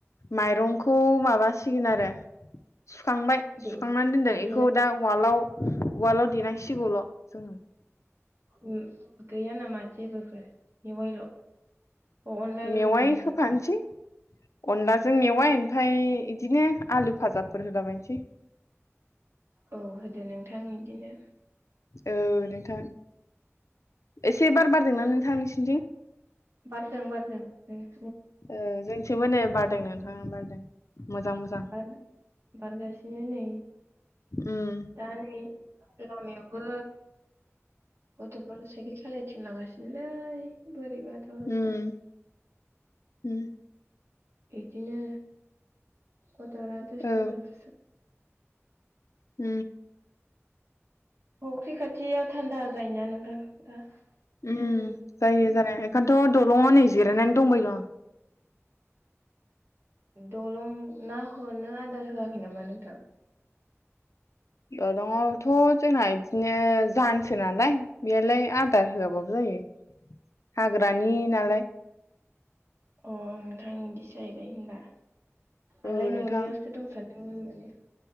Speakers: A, on the left; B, on the right.
A: माइरंखौ माबासिगोन आरो सुखांबाय
B: दे
A: सुखांनानै दोनदों
B: देना
A: इखौ दा उवालाव उवालाव देनांसिगौल' जोङो।
B: उम गैया नामा जेबोफोर मेवाइल'। अ अनलाल'
A: मेवाइ
B: नामा नोंथां?
A: होफानोसै अनलाजों मेवाइ ओमफाय इदिनो आलु भाजाफोर होलाबायनोसै।
B: औ होदो नोंथां इदिनो।
A: औ नोंथां एसे बार बारदों
B: बोथोर
A: ना नोंथां नोंसिनिथिं?
B: बारदों बारदों ओं।
A: ओ जोंथिंबो नै बारदों नोंथां बारदों। मोजां मोजां
B: बार बारगासिनो नै
A: उम
B: दा नै लामायावबो गथ'फोर साइकेल सालायथिंलागासिनोलै। बोरैबा बाथ बाथा।
A: उम उम
B: इदिनो गथरा दस्टु
A: औ
B: जाफुसो
A: उ
B: फख्रि खाथियाव थान्दा जायोना नोंथां दा
A: उ
B: सान्दुं
A: जायो जानाया। बेखायथ' दलङाव नै जिरायनानै दंबाय दं।
B: दलं ना होनो आदार होआखै नामा नोंथां।
A: ओ दलंआवथ' जोंना बिदिनो जानसो नालाय बेलाय आदार होआबाबो जायो हाग्रानि नालाय बाय
B: अ नोंथां बिदिसो जाहैबाय होनबा
A: औ
B: आंलाय न'नियावसो
A: नोंथां
B: दंसानदों दों होननानै